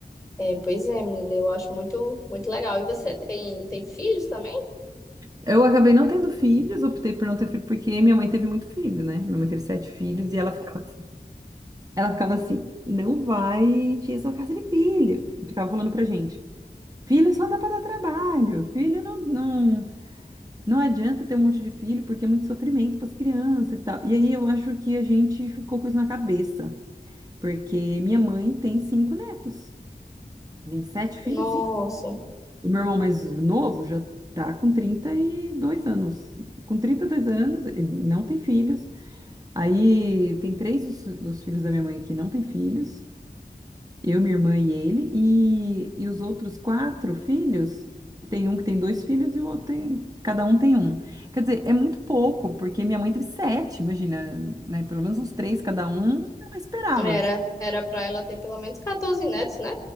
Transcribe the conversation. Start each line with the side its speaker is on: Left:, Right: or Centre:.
Left: É, pois é, menina, eu acho muito, muito legal. E você tem, tem filhos também?
Right: Eu acabei não tendo filhos, optei por não ter filho, porque minha mãe teve muito filho, né? Minha mãe teve sete filhos e ela ficava, assim- ela ficava assim, não vai encher sua casa de filho. Ficava falando pra gente. Filho só dá pra dar trabalho, filho não, não, não adianta ter um monte de filho porque é muito sofrimento pras crianças e tal. E aí eu acho que a gente ficou com isso na cabeça. Porque minha mãe tem cinco netos. Tem sete filhos,
Left: Nossa,
Right: sim. O meu irmão mais novo já tá com 32 anos. Com 32 anos, ele não tem filhos. Aí tem três dos, dos filhos da minha mãe que não tem filhos. Eu, minha irmã e ele. E, e os outros quatro filhos, tem um que tem dois filhos e o outro tem... Cada um tem um. Quer dizer, é muito pouco, porque minha mãe teve sete, imagina, né? Pelo menos uns três cada um, ela esperava.
Left: era, era para ela ter pelo menos 14 netos, né?